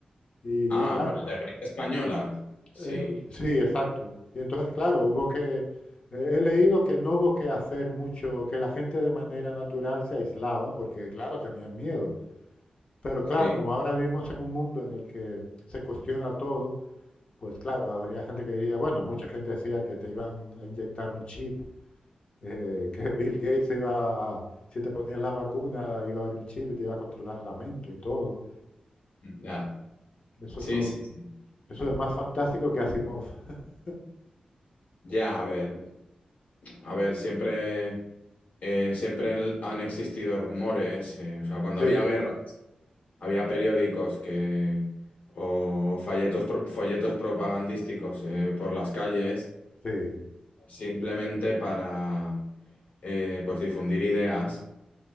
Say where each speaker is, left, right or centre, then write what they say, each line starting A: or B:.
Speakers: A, on the left; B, on the left.
A: Y,
B: Ah,
A: y claro,
B: pero de gripe española. Sí,
A: Eh, sí, exacto. Y entonces, claro, hubo que, eh, he leído que no hubo que hacer mucho, que la gente de manera natural se aislaba, porque claro, tenían miedo. Pero
B: sí,
A: claro, como ahora vivimos en un mundo en el que se cuestiona todo, pues claro, habría gente que diría, bueno, mucha gente decía que te iban a inyectar un chip, eh, que <laughs> Bill Gates se iba a, si te ponías la vacuna, iba a haber un chip y te iba a controlar la mente y todo.
B: ya.
A: Eso
B: Sí,
A: son,
B: sí, sí.
A: eso es más fantástico que Asimov. <laughs>
B: Ya, a ver. A ver, siempre, eh, siempre el- han existido rumores. eh, o sea, cuando
A: Sí,
B: había guerra, había periódicos que, o folletos, pro- folletos propagandísticos eh, por las calles
A: sí.
B: simplemente para eh, pues difundir ideas.